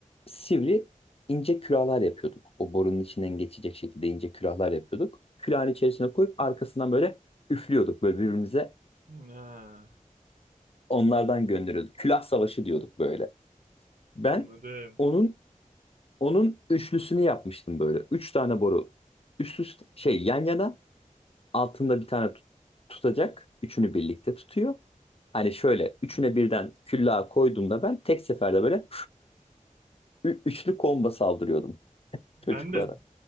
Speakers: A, on the left; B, on the right.
A: sivri ince külahlar yapıyorduk. O borunun içinden geçecek şekilde ince külahlar yapıyorduk. Külahın içerisine koyup arkasından böyle üflüyorduk. Böyle birbirimize
B: Ha,
A: onlardan gönderiyorduk. Külah savaşı diyorduk böyle. Ben
B: anladım.
A: onun onun üçlüsünü yapmıştım böyle. Üç tane boru üst üste şey yan yana altında bir tane tut- tutacak. Üçünü birlikte tutuyor. Hani şöyle üçüne birden küllağı koyduğumda ben tek seferde böyle Ü- üçlü komba saldırıyordum
B: Ben
A: çocuklara.
B: de